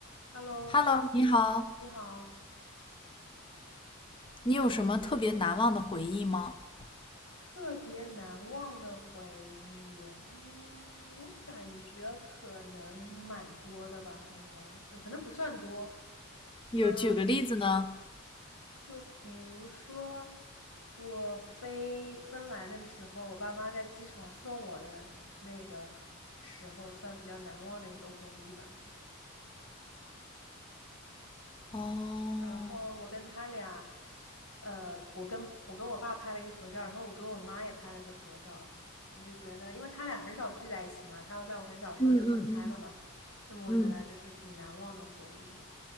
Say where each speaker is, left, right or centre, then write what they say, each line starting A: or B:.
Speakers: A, on the left (about 85°); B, on the left (about 25°).
A: Hello，
B: Hello，你好，
A: 你好，
B: 你有什么特别难忘的回忆吗？
A: 特别难忘的回忆，嗯，我感觉可能蛮多的吧，应该，嗯可能不算多，
B: 有举个例子呢？
A: 嗯，就比如说我飞芬兰的时候，我爸妈在机场送我的那个时候，算比较难忘的一个回忆吧。
B: 哦，
A: 然后我跟他俩，呃，我跟我跟我爸拍了一个合照，然后我跟我妈也拍了个合照。我就觉得，因为他俩很少聚在一起嘛，他要在我很小时候就分开了嘛，
B: 嗯嗯
A: 那么我觉得这是挺难忘的回忆。
B: 嗯嗯，